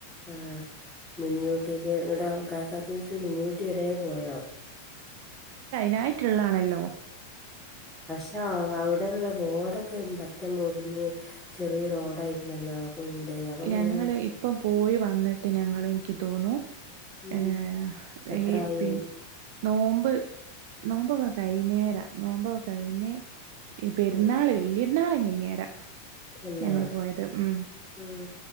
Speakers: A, in the centre; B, on the right.
A: ആഹ് മിനിയൂട്ടിക്ക് നിങ്ങളടെ K S R T C മിനിയൂട്ടി വരെ പോയോ
B: യായിട്ടുള്ളാണല്ലോ
A: പക്ഷാ അവിടെള്ള റോഡ ഒക്ക പറ്റ മറിഞ്ഞ് ചെറിയ റോഡായിക്കണല്ലോ കുന്ത് അപ്പങ്ങനെ
B: ഞങ്ങള് ഇപ്പം പോയി വന്നിട്ട് ഞങ്ങള് എനിക്ക് തോന്നു
A: ഉം
B: ഏ
A: എത്രായി
B: ഏയ് പി നോമ്പ് നോമ്പൊക്കെ കൈനേരം നോമ്പൊ കഴനേ ഇ
A: ഉം
B: പേരുന്നാള് വല്യ ഇരുന്നാളും കഴിഞ്ഞേടാ
A: തന്നെ
B: ഞങ്ങള് പോയത് ഉം
A: ഉം